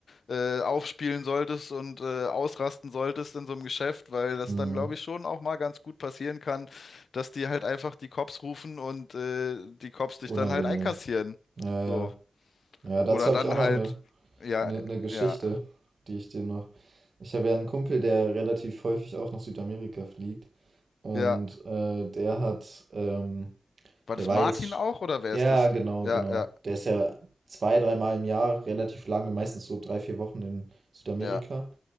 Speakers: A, on the left; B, on the right.
A: äh, aufspielen solltest und äh, ausrasten solltest in so einem Geschäft, weil das
B: Hm.
A: dann, glaube ich, schon auch mal ganz gut passieren kann, dass die halt einfach die Cops rufen und äh, die Cops dich
B: Unangenehm.
A: dann halt einkassieren.
B: Ja, ja.
A: So.
B: Ja, Ja, dazu
A: Oder
B: habe
A: dann
B: ich auch noch
A: halt,
B: eine,
A: ja,
B: eine, eine Geschichte,
A: ja,
B: die ich dir noch. Ich habe ja einen Kumpel, der relativ häufig auch nach Südamerika fliegt. Und
A: ja.
B: äh, der hat, ähm,
A: War
B: der
A: das
B: war
A: Martin
B: jetzt, sch-
A: auch oder wer
B: ja,
A: ist das?
B: genau,
A: Ja,
B: genau.
A: ja,
B: Der ist ja zwei, dreimal im Jahr relativ lange, meistens so drei, vier Wochen in Südamerika.
A: ja,